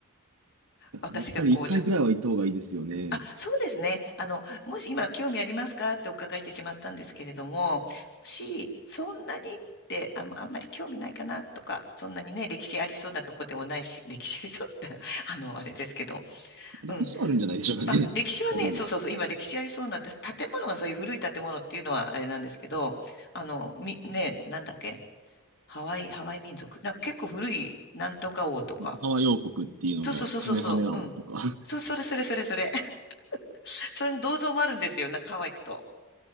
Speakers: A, on the left; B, on the right.
A: 私がこう、
B: やっぱり一回ぐらいは行った方がいいですよね。
A: ちょっと、あ、そうですね。あの、もし今興味ありますかってお伺いしてしまったんですけれども、もしそんなにってあん、あんまり興味ないかなとか、そんなにね、歴史ありそうなとこでもないし、歴史ありそうって、<laughs> あの、あれですけど、
B: 歴史はあるんじゃないでしょうかね。
A: うんあ、
B: <laughs>
A: 歴史はね、
B: あの
A: そうそうそう、今歴史ありそうな、た建物がそういう古い建物っていうのはあれなんですけど、あの、み、ね、なんだっけ、ハワイ、ハワイ民族。なんか結構古い、なんとか王とか。
B: ハワイ王国っていうのがカメハメアオとか。
A: そうそうそうそうそう、うん。そう、それそれそれそれ。<laughs> その銅像もあるんですよ、なんかハワイ行くと。